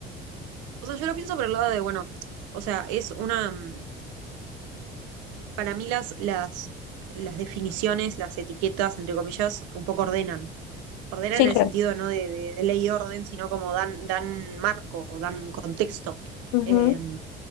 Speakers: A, on the right; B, on the left.
A: O sea, yo lo pienso por el lado de, bueno, o sea, es una, mm, para mí las, las, las definiciones, las etiquetas, entre comillas, un poco ordenan. Ordenan
B: sí,
A: en
B: claro.
A: el sentido no de, de- de ley y orden, sino como dan, dan marco o dan contexto.
B: Ujú,
A: Eh,